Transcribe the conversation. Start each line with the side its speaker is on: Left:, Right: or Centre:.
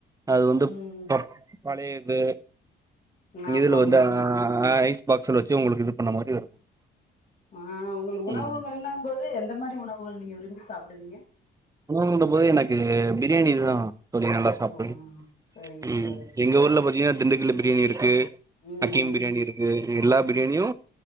Right: அது வந்து
Left: ம்
Right: பர் பழையது இங்க
Left: ஆமா
Right: இதுல
Left: ஆமா
Right: வந்தா
Left: ஆமா
Right: ஆ ஐஸ் பாக்ஸ்ல வச்சு உங்களுக்கு இது பண்ண மாரி வரு
Left: ஆ உங்கள் உணவுகள்னாங்
Right: ம்
Left: போது எந்த மாரி உணவுகள் நீங்க விரும்பி சாப் ப்டுவீங்க
Right: உணவுன்ற போது எனக்கு பிரியாணி இதுதா தோழி நல்லா சாப்டுவே
Left: ஓ சேரிங்க தோழரே
Right: ம் எங்க ஊர்ல பாத்தீங்கனா திண்டுக்கல் பிரியாணி இருக்கு
Left: ம்
Right: அக்கீம்
Left: ம்
Right: பிரியாணி இருக்கு எல்லா பிரியாணியு